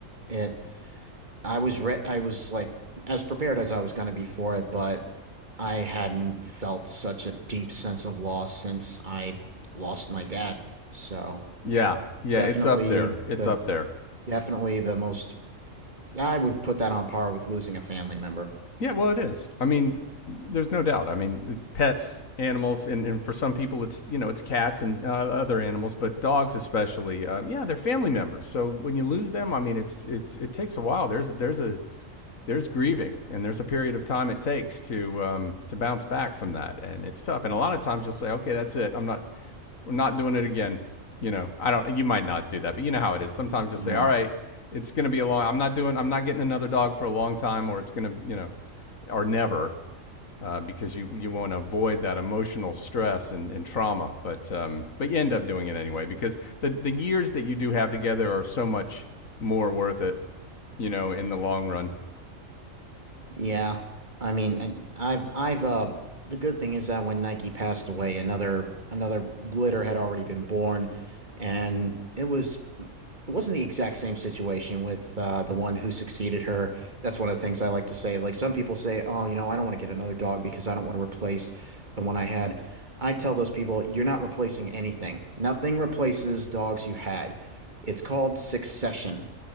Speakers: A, on the right; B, on the left.
A: it I was re I was like as prepared as I was going to be for it, but I hadn't felt such a deep sense of loss since I lost my dad. So
B: yeah, yeah.
A: definitely
B: It's up there. It's
A: the
B: up there.
A: definitely the most I would put that on par with losing a family member.
B: Yeah, well, it is. I mean, there's no doubt. I mean, pets, animals, and, and for some people, it's you know, it's cats and uh, other animals, but dogs especially. Um, yeah, they're family members. So when you lose them, I mean, it's it's it takes a while. There's there's a there's grieving, and there's a period of time it takes to um, to bounce back from that, and it's tough. And a lot of times you'll say, okay, that's it. I'm not we're not doing it again. You know, I don't. You might not do that, but you know how it is. Sometimes you'll
A: No.
B: say, "All right, it's going to be a long. I'm not doing. I'm not getting another dog for a long time, or it's going to, you know, or never." Uh, because you you want to avoid that emotional stress and, and trauma, but um, but you end up doing it anyway because the the years that you do have together are so much more worth it, you know, in the long run.
A: Yeah, I mean, I, I've I've uh the good thing is that when Nike passed away, another another litter had already been born, and it was it wasn't the exact same situation with uh, the one who succeeded her. That's one of the things I like to say. Like some people say, "Oh, you know, I don't want to get another dog because I don't want to replace the one I had." I tell those people, "You're not replacing anything. Nothing replaces dogs you had. It's called succession.